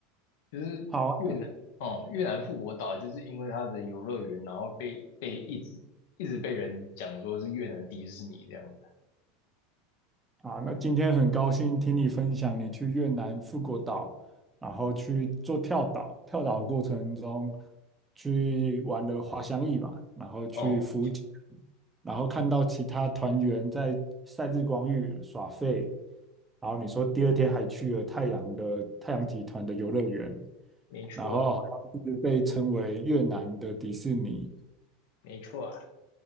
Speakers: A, on the left; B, on the right.
A: 就是越南哦，
B: 好啊，
A: 越南富国岛就是因为它的游乐园，然后被被一直一直被人讲说是越南迪士尼这样子。
B: 啊，那今天很高兴听你分享你去越南富国岛，然后去做跳岛，跳岛的过程中去玩了滑翔翼吧，然后去浮潜，
A: 哦，
B: 然后看到其他团员在晒日光浴耍废，然后你说第二天还去了太阳的太阳集团的游乐园，
A: 没错啊，
B: 然后好像是被称为越南的迪士尼，
A: 没错啊，